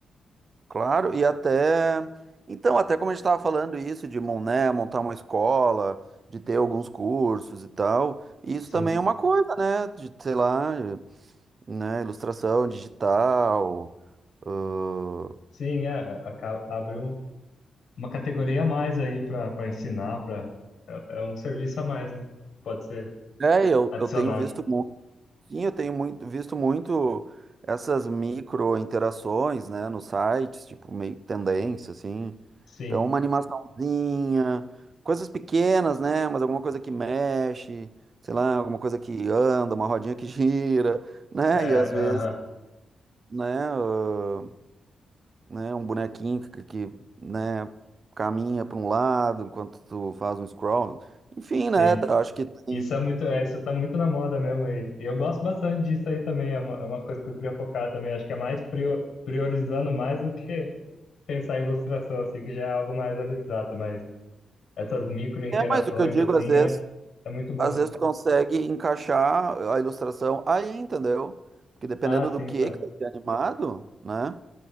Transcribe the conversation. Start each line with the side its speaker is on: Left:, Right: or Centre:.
Right: Claro, e até. Então, até como a gente estava falando isso, de mon- né, montar uma escola, de ter alguns cursos e tal, isso
Left: Sim.
Right: também é uma coisa, né? De, sei lá, né, ilustração digital. ãh,
Left: Sim, é, aca- abre um- uma categoria a mais aí para para ensinar, para é, é um serviço a mais, né? que Pode ser
Right: É, eu,
Left: adicionado.
Right: eu tenho visto Sim, eu tenho muito, visto muito essas micro interações, né, nos sites, tipo meio que tendência, assim.
Left: Sim,
Right: Então, uma animaçãozinha, coisas pequenas, né, mas alguma coisa que mexe, sei lá, alguma coisa que anda, uma rodinha que gira, né,
Left: é,
Right: e às vezes,
Left: aham,
Right: né, ah, né, um bonequinho que, que, né, caminha para um lado enquanto tu faz um scroll. Enfim, né,
Left: sim.
Right: tá, acho que tem.
Left: Isso é muito, é, isso tá muito na moda mesmo e, e eu gosto bastante disso aí também. É uma, é uma coisa que eu queria focar também. Acho que é mais prio- priorizando mais do que pensar em ilustração, assim, que já é algo mais abstrato, mas essas micro interações
Right: É, mas o que eu digo
Left: assim
Right: às vezes.
Left: é, é muito bom.
Right: Às vezes tu consegue encaixar a ilustração aí, entendeu? Porque dependendo
Left: Ah, sim,
Right: do que que vai ser animado, né?